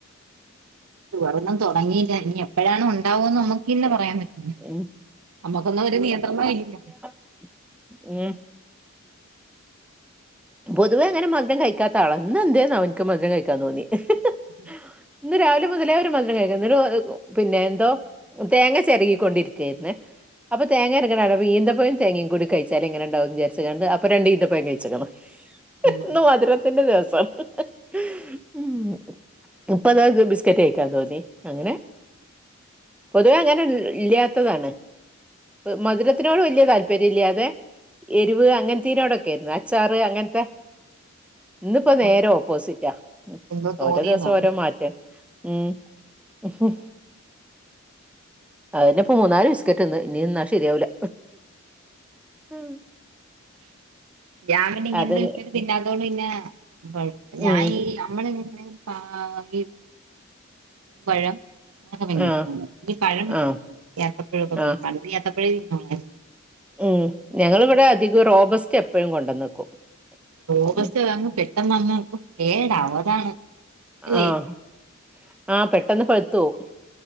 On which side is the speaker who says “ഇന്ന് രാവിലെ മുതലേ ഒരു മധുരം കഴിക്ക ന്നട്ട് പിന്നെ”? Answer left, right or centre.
Centre